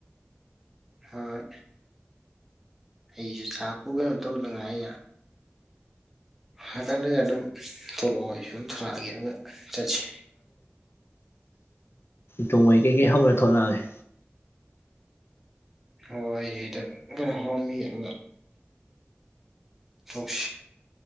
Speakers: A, in the centre; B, on the left.
A: ꯍꯣꯏ ꯑꯩꯁꯨ ꯆꯥꯛꯄꯨ ꯀꯩꯅꯣ ꯇꯧꯗꯉꯥꯏ ꯍꯇꯪ ꯑꯗꯨꯝ ꯊꯣꯛꯂꯛꯑꯣ ꯑꯩ ꯁꯨꯝ ꯊꯂꯛꯑꯒꯦ ꯑꯗꯨꯒ ꯆꯠꯁꯤ
B: ꯇꯣꯡ ꯀꯩ ꯀꯩꯀꯩ ꯍꯧꯔ ꯊꯣꯂꯛꯑꯒꯦ
A: ꯍꯣꯏ ꯑꯩ ꯍꯗ ꯀꯩꯅꯣ ꯍꯔꯝꯃꯤ ꯑꯗꯨꯒ ꯇꯧꯁꯤ